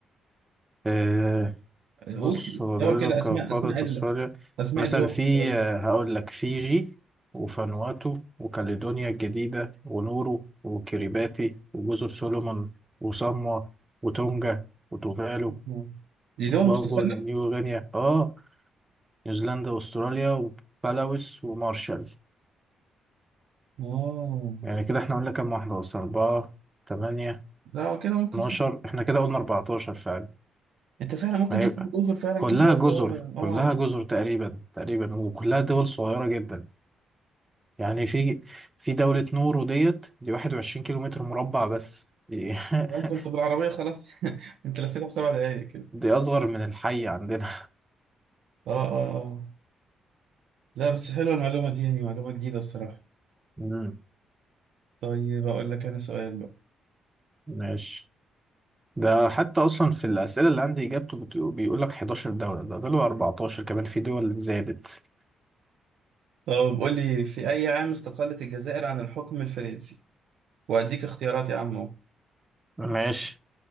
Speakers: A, on the right; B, on the right.
A: آه، بص
B: قول كده-
A: هو
B: دور
A: بيقول
B: كده
A: لك
B: اسماء
A: قادة
B: اسماء
A: الصالح
B: أسماء
A: مثلا
B: الدول
A: في
B: في البطولة دي
A: آه، هقول لك فيجي وفانواتو وكاليدونيا الجديدة ونورو وكريباتي وجزر سولومون وصاموا وتونجا وتوفالو
B: آه. دي
A: وبابوا
B: دول مستقلة؟
A: نيو غينيا اه نيوزيلندا واستراليا وبلاوس ومارشال
B: آه
A: يعني كده احنا قلنا كام واحدة اصلا أربعة تمانية
B: لا هو كده ممكن
A: اتناشر
B: فعلا
A: احنا كده قلنا أربعتاشر فعلا
B: أنت فعلا ممكن
A: ما
B: دي
A: هي
B: جزر فعلا
A: كلها
B: كده
A: جزر
B: هو آه
A: كلها جزر تقريبا تقريبا وكلها دول صغيرة جدا يعني في في دولة نورو ديت دي 21 كيلو متر مربع بس دي, <laughs>
B: هو أنت أنت بالعربية خلاص <laughs> أنت لفيتها في سبع دقايق كده
A: دي أصغر من الحي عندنا
B: آه آه آه لا بس حلوة المعلومة دي يعني معلومة جديدة بصراحة
A: مم.
B: طيب أقول لك أنا سؤال بقى
A: ماشي ده حتى أصلا في الأسئلة اللي عندي إجابته بيقول لك 11 دولة ده طلعوا 14 كمان في دول زادت
B: طب قول لي في أي عام استقلت الجزائر عن الحكم الفرنسي؟ وأديك اختيارات يا عم أهو
A: ماشي